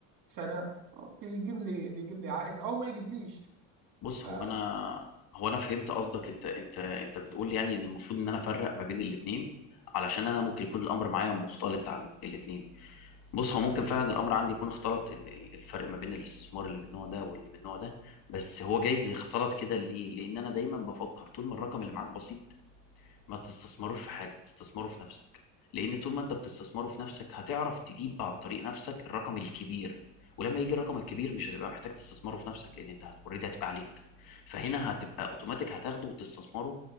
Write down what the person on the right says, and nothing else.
سنة بيجيب لي بيجيب لي عائد او ما يجيبليش
ف